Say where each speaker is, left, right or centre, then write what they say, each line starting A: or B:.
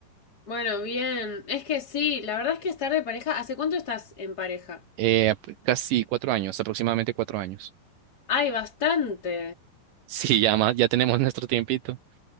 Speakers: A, on the left; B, on the right.
A: Bueno, bien. Es que sí, la verdad es que estar de pareja. ¿Hace cuánto estás en pareja?
B: eh, ap- casi cuatro años, aproximadamente cuatro años. <laughs>
A: Ay, bastante.
B: Sí, ya más, ya tenemos nuestro tiempito.